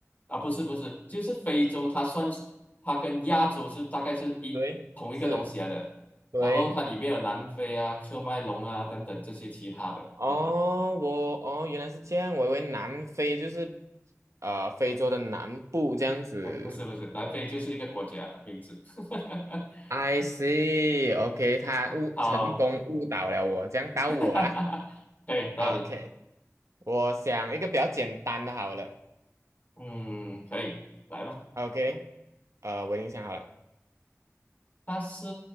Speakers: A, on the left; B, on the right.
A: 啊，不是不是，就是非洲，它算是它跟亚洲是大概是一同一个东西来的，
B: 对，是，对，
A: 然后它里面有南非啊、喀麦隆啊等等这些其他的，
B: 哦，我哦原来是这样，我以为南非就是呃非洲的南部这样子。
A: 哎，不是不是，南非就是一个国家名字，<laughs>
B: I see，OK，他误成功误导了我，
A: 好，好
B: 这样到我啦。
A: <laughs> 可以，到理，
B: OK，我想一个比较简单的好了。
A: 嗯，可以，来吧，
B: OK，呃，我已经想好了，
A: 它是